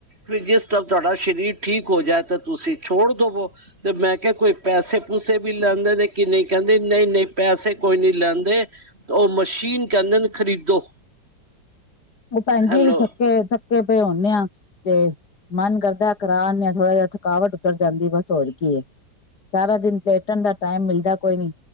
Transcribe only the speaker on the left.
ਉਹ ਭੈਣ ਜ
ਅਸੀਂ ਥੱਕੇ, ਥੱਕੇ ਪਏ ਹੁਣੇ ਆ ਜੇ ਮਨ ਕਰਦਾ ਕਰਾ ਆਨੇ ਆ ਥੋੜਾ ਜਿਹਾ ਰੁਕਾਵਟ ਉਤਰ ਜਾਂਦੀ ਬਸ ਹੋਰ ਕੀ ਹੈ ਐ, ਸਾਰਾ ਦਿਨ ਲੇਟਣ ਦਾ ਟਾਈਮ ਮਿਲਦਾ ਕੋਈ ਨੀ